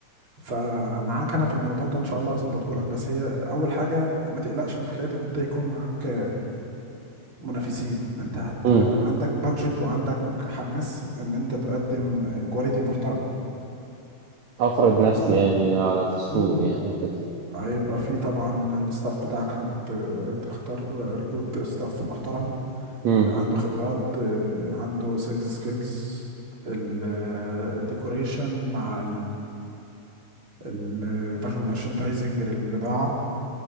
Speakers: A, on the right; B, on the right.
A: فمعاك انا في الموضوع ده ان شاء الله هظبطه لك بس هي اول حاجه ما تقلقش من حكايه ان انت يكون معاك منافسين انت هت...
B: امم
A: عندك بادجت وعندك حماس ان انت تقدم كواليتي محترمه
B: افرض نفسي
A: مظبوط
B: يعني على السوق
A: مم.
B: يعني وكده
A: هيبقى في طبعا الستاف بتاعك هتختار ريكروت ستاف محترم
B: امم
A: عنده خبرات آه، عنده سيلز سكيلز الديكوريشن مع الفيجوال مارشندايزنج للبضاعة